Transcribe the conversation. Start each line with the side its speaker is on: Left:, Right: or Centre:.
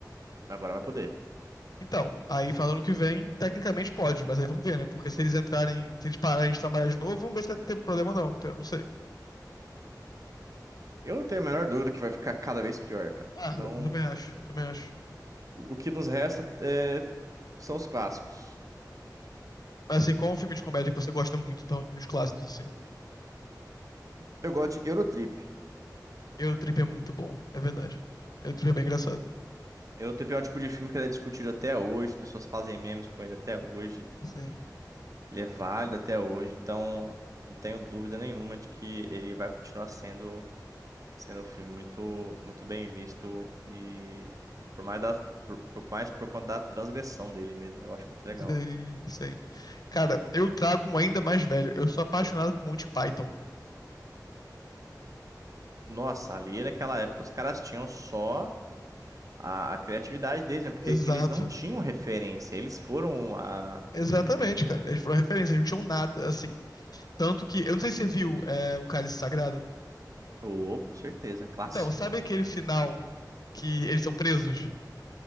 Right: Agora vai poder.
Left: Então, aí final do ano que vem, tecnicamente pode, mas aí vamos ver, né? Porque se eles entrarem, se eles pararem de trabalhar de novo, vamos ver se vai ter problema ou não, entendeu? Não sei.
Right: Eu não tenho a menor dúvida que vai ficar cada vez pior, cara.
Left: Ah,
Right: Então,
Left: eu também acho, eu também acho.
Right: o que nos resta é- são os clássicos.
Left: Mas assim, qual é um filme de comédia que você gosta muito, então, dos clássicos, assim?
Right: Eu gosto de Eurotrip.
Left: Eu Trip é muito bom, é verdade. Eu Trip é bem engraçado.
Right: Eurotrip é um tipo de filme que ele é discutido até hoje, as pessoas fazem memes com ele até hoje.
Left: Sim,
Right: Ele é válido até hoje, então não tenho dúvida nenhuma de que ele vai continuar sendo, sendo um filme muito, muito bem visto e por mais da, por, por mais por conta da transgressão dele mesmo, né? Eu acho muito legal.
Left: sim, sim. Cara, eu trago um ainda mais velho. Eu sou apaixonado por Monty Python.
Right: Nossa, ali naquela época os caras tinham só a, a criatividade deles, né? Porque
Left: Exato.
Right: eles não tinham referência, eles foram a
Left: Exatamente,
Right: referência.
Left: cara. Eles foram referência, eles não tinham nada, assim. Tanto que, eu não sei se você viu é, o Cálice Sagrado.
Right: Oh, com certeza, clássico.
Left: Então, sabe aquele final que eles são presos?